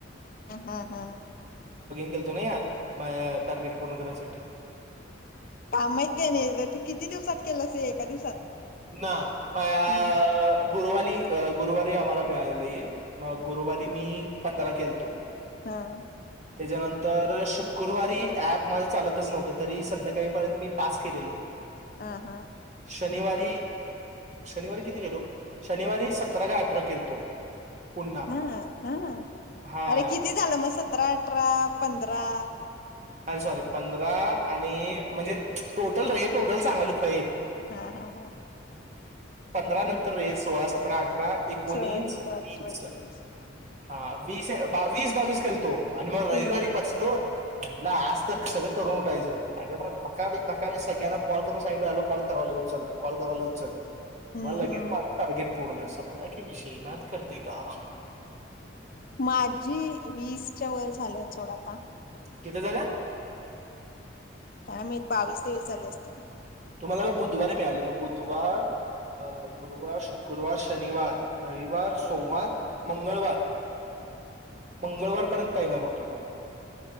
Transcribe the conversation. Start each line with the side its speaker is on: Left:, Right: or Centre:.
Left: अ हं हं.
Right: गेलतो नाही आत माय टार्गेट पूर्ण करायसाठी.
Left: काम येत काय नाही तू किती दिवसात केलंसहे एका दिवसात.
Right: ना प <unintelligible>
Left: मग
Right: गुरुवाली गुरुवारी आम्हाला मिळालेल हे म गुरुवारी मी पंधरा केलतो.
Left: हा.
Right: त्याज्यानंतर शुकूरवारी ऍप माझ चालतच नव्हतं तरीहि संध्याकाळीपर्यंत मी पास केलेलो.
Left: अ हूं.
Right: शनिवारी शनिवारी किती केलो शनिवारी सतरा का अठरा केलतो. पुन्हा
Left: हां हां ह
Right: हा
Left: अरे किती झालं मग सतरा आठ त्रा पंधरा.
Right: अ सॉरी पंधरा आणि म्हणजे टोटल रे टोटल सांगालोय खुळे
Left: हा हा हा
Right: पंधरा नंतर रे सोळा सतरा आठ अठरा एकोणीस
Left: सोळा सतरा अठरा
Right: वीस
Left: एकोणवीस
Right: हा वीस वीस बावीस केलतो आणि मग रविवारी
Left: हम्म
Right: बसलो म्हटलं आज तर सगळं करुन उठायच आणि मग ना कॉल करू सांगितलेलो कॉल करालोय उचल कॉल करालोय उचल
Left: हम्म
Right: मला लगेच
Left: हम्म.
Right: माझ टारगेट पूर्ण संपला की विषयी नाद करते का
Left: माझी वीसच्या वर झाल्यात सोडा आता
Right: किती झाल्यात
Left: थांम एक बावीस तेवीस झाले असतील
Right: तुम्हाला बुधवारी मिळालं मग बुधवार अ गुरुवार शुक्रवार शनिवार रविवार सोमवार मंगळवार मंगळवारपर्यंत टाईम आहे बघ तुम्हाला